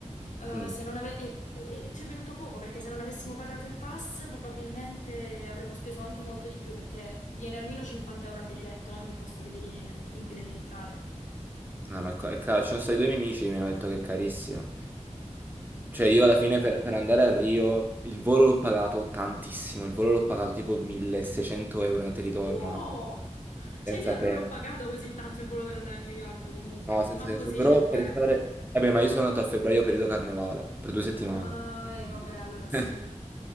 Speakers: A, on the left; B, on the right.
A: Eh,
B: Mm.
A: se non ave- e, e- e ci è venuto poco perché se non avessimo pagato il pass probabilmente avremmo speso anche molto di più perché viene almeno 50 euro a biglietto ogni posto che devi- in cui devi entrare.
B: No, ma è ca- è caro. Ci sono stati due miei amici che mi hanno detto che è carissimo. Cioè io alla fine per, per andare a Rio il volo l'ho pagato tantissimo, il volo l'ho pagato tipo 1600 euro andata e
A: Ma
B: ritorno,
A: tu!
B: una cosa
A: Cioè
B: senza
A: io non
B: senso.
A: l'ho pagato così tanto il volo per andare a New York comunque,
B: No,
A: cioè,
B: senza
A: manco
B: senso.
A: 600
B: Però per
A: euro.
B: stare... Vabbè, ma io sono andato a febbraio periodo carnevale, per due settimane.
A: Ah, e
B: Eh.
A: vabbè, allora sì.
B: <laughs>